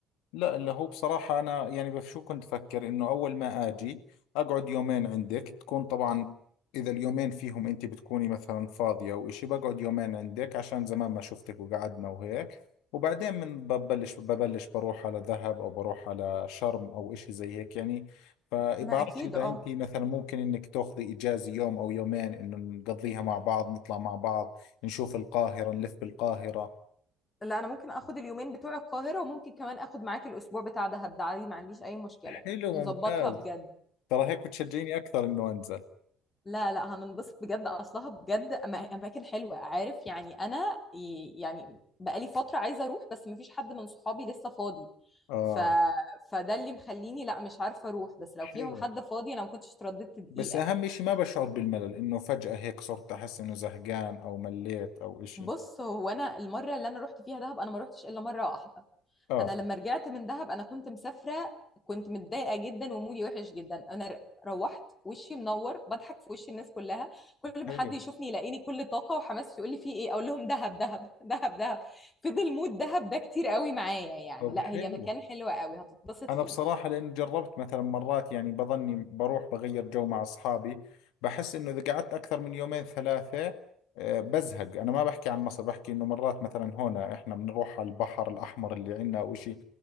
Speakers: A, on the left; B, on the left.
A: لا اللي هو بصراحة أنا يعني بشو كنت أفكر إنه أول ما أجي أقعد يومين عندك تكون طبعا إذا اليومين فيهم أنت بتكوني مثلا فاضية أو إشي بقعد يومين عندك عشان زمان ما شفتك وقعدنا وهيك وبعدين من ببلش ببلش بروح على ذهب أو بروح على شرم أو إشي زي هيك يعني فبعرفش
B: ما أكيد
A: إذا
B: أه
A: أنت مثلا ممكن إنك تاخذي إجازة يوم أو يومين إنه نقضيها مع بعض نطلع مع بعض نشوف القاهرة نلف بالقاهرة
B: لا أنا ممكن آخد اليومين بتوع القاهرة وممكن كمان آخد معاك الأسبوع بتاع دهب ده عادي ما عنديش أي مشكلة
A: حلو
B: نظبطها
A: ممتاز
B: بجد
A: ترى هيك بتشجعيني أكثر إنه أنزل
B: لا لا هننبسط بجد اصلها بجد أما- اماكن حلوه عارف يعني انا ي- يعني بقالي فتره عايزه اروح بس مفيش حد من صحابي لسه فاضي
A: اه
B: ف... فده اللي مخليني لا مش عارفه اروح بس لو
A: حلو
B: فيهم حد فاضي انا ما كنتش اترددت دقيقه
A: بس اهم اشي ما بشعر بالملل انه فجأة هيك صرت احس انه زهقان او مليت او اشي
B: بص هو انا المره اللي انا رحت فيها دهب انا ما رحتش الا مره واحده
A: اه
B: انا لما رجعت من دهب انا كنت مسافره كنت متضايقه جدا ومودي وحش جدا انا ر- روحت وشي منور بضحك في وش الناس كلها كل ما
A: حلو
B: حد يشوفني يلاقيني كل طاقه وحماس يقول لي في ايه اقول لهم دهب دهب <laughs> دهب دهب فضل مود دهب ده كتير قوي معايا يعني
A: طب
B: لا
A: حلو
B: هي مكان حلو قوي هتتبسط
A: انا
B: فيه
A: بصراحة لان جربت مثلا مرات يعني بظني بروح بغير جو مع اصحابي بحس انه اذا قعدت اكثر من يومين ثلاثة آه، بزهق انا ما بحكي عن مصر بحكي انه مرات مثلا هنا احنا بنروح على البحر الاحمر اللي عندنا او اشي